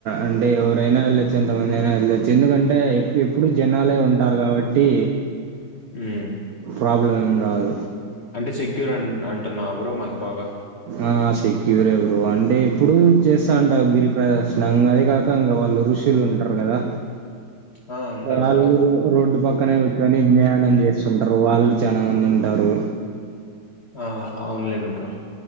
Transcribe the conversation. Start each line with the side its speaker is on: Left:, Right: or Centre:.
Right: అంటే ఎవరైనా వెళ్ళొచ్చు ఎంతమంది అయినా వెళ్ళొచ్చు ఎందుకంటే ఎప్పుడు జనాలే ఉంటారు కాబట్టి
Left: హ్మ్.
Right: ప్రాబ్లం ఏం రాదు
Left: అంటే సెక్యూర్ అ అంటున్నా బ్రో మాకు బాగా
Right: అ ఆ సెక్యూర ఎవరు అంటే ఎప్పుడు చేస్తా ఉంటా గిరి ప్రదర్శన అదే కాక ఇం వాళ్ళు రుషి టిలు ఉంటారు కదా
Left: ఆ ఉంటారు
Right: వాళ్ళు
Left: బ్రో
Right: రోడ్డు పక్కనే కూచుని ధ్యానం చేస్తుంటారు వాళ్ళు చాల న వందు ఉంటారు
Left: ఆ అవునులేండి బ్రో